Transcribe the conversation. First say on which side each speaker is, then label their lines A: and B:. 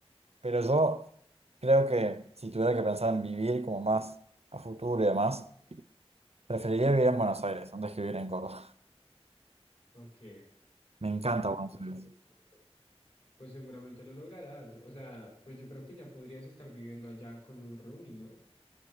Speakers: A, on the right; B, on the left.
A: pero yo creo que si tuviera que pensar en vivir como más a futuro y demás, preferiría vivir en Buenos Aires antes que vivir en Córdoba.
B: Ok.
A: <laughs> Me encanta
B: No,
A: Buenos
B: pues
A: Aires.
B: seguramente. Pues seguramente lo lograrás. O sea, pues yo creo que ya podrías estar viviendo allá con un roomie, ¿no?